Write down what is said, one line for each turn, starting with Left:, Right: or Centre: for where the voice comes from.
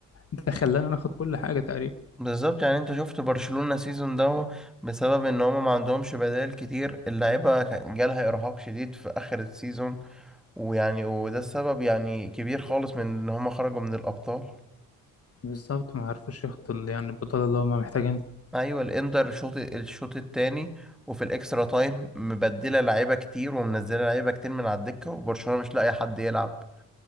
Left: ده خلانا ناخد كل حاجة تقريبا
Centre: بالظبط يعني انت شفت برشلونة سيزون ده بسبب ان هما ما عندهمش بدائل كتير اللعيبة كان جالها ارهاق شديد في اخر السيزون ويعني وده السبب يعني كبير خالص من ان هما خرجوا من الابطال
Left: بالظبط ما عرفوش ياخدوا ال- يعني البطولة اللي هما محتاجين
Centre: ايوه الانتر الشوط الشوط التاني وفي الاكسترا تايم مبدله لعيبه كتير ومنزله لعيبه كتير من على الدكه وبرشلونه مش لاقي حد يلعب